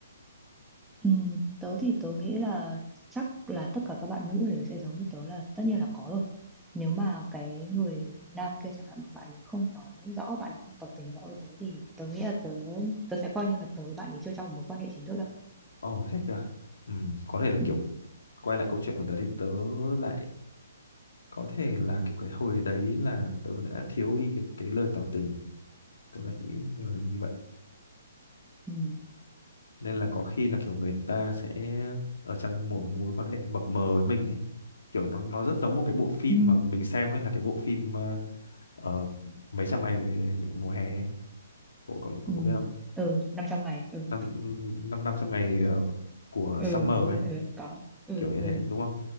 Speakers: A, in the centre; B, on the left (about 85°).
A: Ừ, tớ thì tớ nghĩ là chắc là tất cả các bạn nữ đều sẽ giống như tớ là tất nhiên là có rồi nếu mà cái người nam kia chẳng hạn mà bạn ấy không nói rõ bạn ấy không tỏ tình rõ với tớ thì tớ nghĩ là tớ tớ sẽ coi như là tớ với bạn ấy chưa trong một mối quan hệ chính thức đâu
B: Ồ thế kìa. Ừm, có thể là
A: ừ
B: kiểu quay lại câu chuyện của tớ thì tớ lại có thể là kiểu cái hồi đấy là tớ đã thiếu đi cái cái lời tỏ tình, tớ lại như, như như vậy.
A: ừ
B: Nên là có khi là kiểu người ta sẽ ở trong một mối quan hệ mập mờ với mình ấy. Kiểu nó nó rất giống một cái bộ phim
A: ừ
B: mà mình xem ấy là cái bộ phim ờ, ờ, mấy trăm ngày ờ, mùa hè ấy. cậu cậu cậu
A: ừ
B: có biết không
A: ừ 500 ngày ừ
B: năm năm năm trăm ngày ờ, của
A: ừ
B: summer
A: đúng
B: ấy
A: rồi ừ có ừ
B: kiểu như
A: ừ
B: thế đúng không